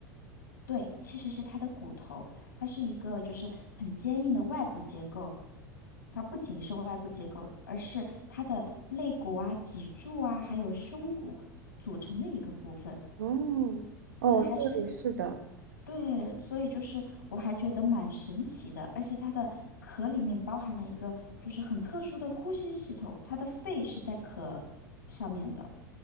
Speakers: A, on the left (about 80°); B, on the right (about 70°).
A: 对，其实是它的骨头，它是一个就是很坚硬的外部结构，它不仅是外部结构，而是它的肋骨啊、脊柱啊，还有胸骨组成的一个部分。
B: 哦哦，
A: 这还是
B: 对，是的。
A: 对，所以就是我还觉得蛮神奇的，而且它的壳里面包含了一个就是很特殊的呼吸系统，它的肺是在壳上面的。